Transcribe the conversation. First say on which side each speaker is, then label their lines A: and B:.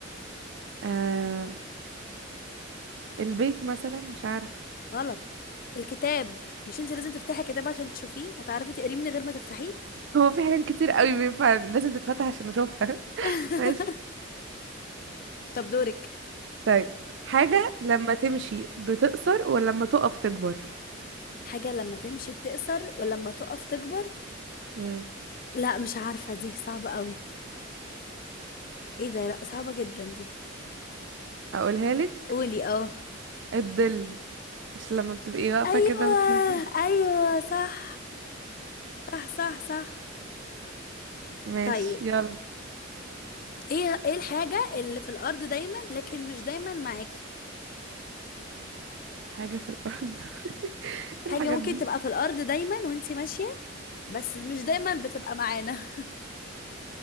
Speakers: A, on the right (about 60°); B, on the left (about 45°).
A: أم... البيت مثلا مش عارف
B: غلط الكتاب مش انت لازم تفتحي كتاب عشان تشوفيه هتعرفي تقريه من غير ما تفتحيه
A: هو في حاجات كتير قوي بينفع لازم تتفتح عشان اشوفها
B: <laughs>
A: <laughs> ماشي
B: طب دورك
A: طيب حاجة لما تمشي بتقصر ولما تقف تكبر
B: حاجه لما تمشي تقصر ولما تقف تكبر
A: امم
B: لا مش عارفه دي صعبه قوي ايه ده لا صعبه جدا دي
A: اقولها لك
B: قولي اه
A: الظل مش لما بتبقي واقفة
B: ايوه
A: كده بتحسي
B: ايوه صح صح صح صح
A: ماشي
B: طيب
A: يلا
B: ايه ايه الحاجه اللي في الارض دايما لكن مش دايما معاكي
A: حاجة في الأرض <laughs> إيه
B: حاجه
A: الحاجات
B: ممكن
A: دي
B: تبقى في الارض دايما وانتي ماشيه بس مش دايما بتبقى معانا